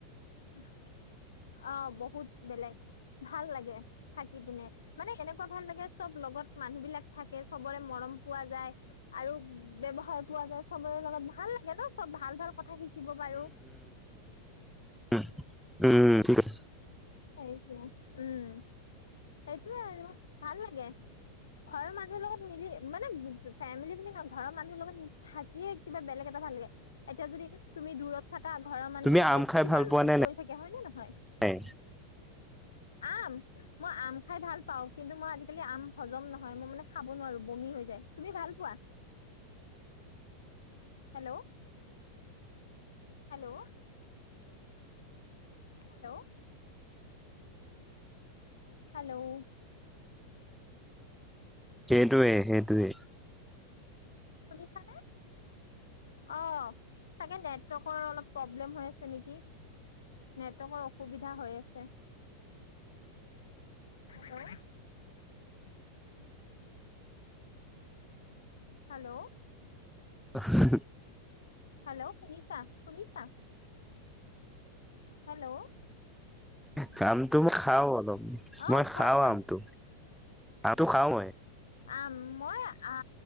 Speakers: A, on the left (about 65°); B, in the centre.
A: উম। অ' বহুত বেলেগ ভাল লাগে থাকি পিনে। মানে হেনেকুৱা ভাল লাগে চব লগত। মানুহ বিলাক থাকে। চব চবৰে মৰম পোৱা যায়। আৰু ব্যৱহাৰ পোৱা যায় চবৰে লগত ভাল লাগে ন? চব ভাল ভাল কথা শিকি।। দিব পাৰো।
B: উ, উম, হুম ঠিক আছে।
A: হয় দিয়া। উম সেইটোয়ে আৰু ভাল লাগে। ঘৰৰ মানুহৰ লগত মিলি মানে ফেমিলি বুলি কয়। ঘৰৰ মানুহৰ লগত থাকিয়ে কিবা বেলেগ এটা ভাল লাগে। এতিয়া যদি তুমি দূৰত থাকা।। কা ঘৰৰ মানুহ
B: তুমি
A: থাকে
B: আম খাই
A: কিমান
B: ভাল পোৱা
A: মনত
B: নে
A: পৰি থাকে। হয় নে নহয়?
B: নাই?
A: আম মই আম খাই ভাল পাওঁ। কিন্তু মই আজিকালি আম হজম নহয়। মই মানে খাব নোৱাৰো বমি হৈ যায়। তুমি ভাল পোৱা? হেল্ল' হেল্ল' হেল্ল', হেল্ল',
B: সেইটোৱে সেইটোৱে
A: শুনিছানে অ চাগে নেটৰ্ৱকৰ অলপ প্ৰব্লেম হৈ আছে নেকি? নেটৱৰ্কৰ অসুবিধা হৈ আছে। Hello hello.
B: আহ <inaudible>
A: হেল্ল' শুনিছা, শুনিছা হেল্ল'
B: কাম। তুমি খাও অলপ
A: অ
B: মই
A: কোৱা
B: খাও
A: কোৱা
B: আমটো। আমটো খাও মই।
A: আম মই আ